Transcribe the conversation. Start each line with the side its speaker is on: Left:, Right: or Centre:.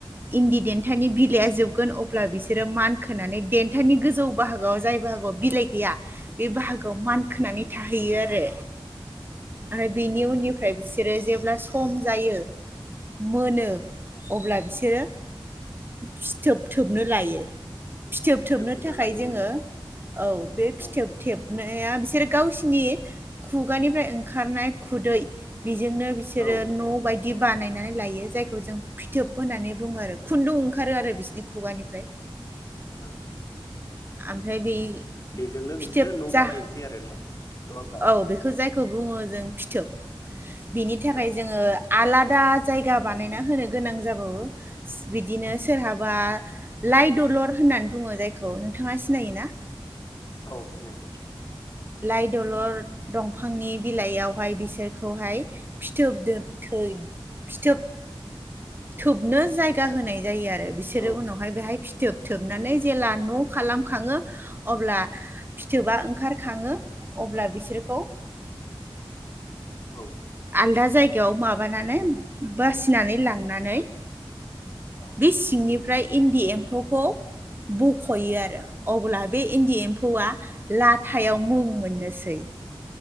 Right: इन्दि देन्थानि बिलाइआ जोबगोन अब्ला बिसोरो मानखोनानै देन्थानि गोजौ बाहागोआव जाय बाहागोआव बिलाइ गैया बे बाहागोआव मान
Left: औ
Right: खोनानै थायो। बियो आरो।
Left: औ
Right: आरो बेनि उननि ओमफ्राय बिसोरो जेब्ला सम जायो मोनो। अब्ला
Left: औ
Right: बिसोरो फथोब
Left: औ
Right: थोबनो लायो। फिथोब थोबनो
Left: थोबना
Right: थाखाय
Left: लायो
Right: जोङो
Left: नंगौ
Right: औ बे फिथोबथेब
Left: औ
Right: नाया बिसोर गावसिनि खुगानिफ्राय ओंखारनाय खुदै बेजोंनो बिसोरो
Left: औ
Right: न' बायदि बि बानायनानै लायो जायखौ खौ जों फिथोब होननानै बुङो आरो खुन्दुं ओंखारो आरो बिसिनि खुगानि
Left: औ
Right: ओमफ्राय बे
Left: औ बेजोंनो
Right: फिथोब
Left: बिसोरो न'
Right: जा
Left: बानायनोसै आरो मा। होमबा
Right: औ बेखौ जाय खौ बुङो जों फिथोब। बिनि
Left: फिथोब
Right: थाखाय जोङो आलाद दा जायगा बानायना होनो गोनां जाबावो बिदिनो
Left: औ
Right: सोरहाबा लाइ दलर होननानै बुङो जायखौ नोंथाङा सिनायोना?
Left: औ औ सिनायो।
Right: लाइ दलर दंफांनि बिलाइयावहाय बिसोरखौहाय फिथोब थै फिथोब थुबनो जायग बिगाह होनाय जायो आरो। रो बिसोरो
Left: औ
Right: उनावहाय बेहाय फिथोब
Left: नंगौ
Right: थोबनानै जेला न' खालाम खाङो अब्ला फिथोबा ओंखार खाङो अब्ला बिसोरखौ
Left: औ।
Right: आलदा जायगायाव माबानानै बासिनानै लांनानै
Left: औ
Right: बे सिंनि ओमफ्राय इन्दि एम्फौखौ ब खयो
Left: ओं
Right: आरो अब्ला बे इन्दि एम्फौआ लाथायाव मुं मोननोसै।